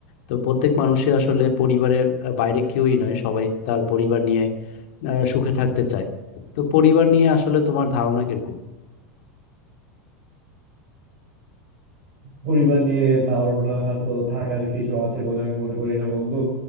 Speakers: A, on the left; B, on the right.
A: তো প্রত্যেক মানুষই আসলে পরিবারের আহ, বাইরে কেউই নয় সবাই তার পরিবার নিয়ে আহ, সুখে থাকতে চায় তো পরিবার নিয়ে আসলে তোমার ধারণা কিরকম
B: পরিবার নিয়ে ধারণা তো থাকার কিছু আছে বলে আমি মনে করি না বন্ধু